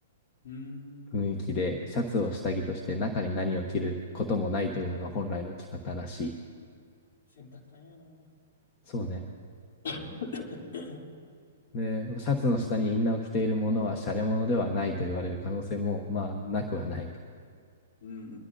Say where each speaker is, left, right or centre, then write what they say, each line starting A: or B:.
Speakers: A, on the left (about 60°); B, on the left (about 40°).
A: うーん。
B: 雰囲気で、シャツを下着として中に何を着ることもないというのが本来の着方らしい。
A: 洗濯大変やな。
B: そうね。
A: <coughs>
B: で、シャツの下にインナーを着ているものはシャレ物ではないと言われる可能性も、まあ、なくはないと。
A: うんう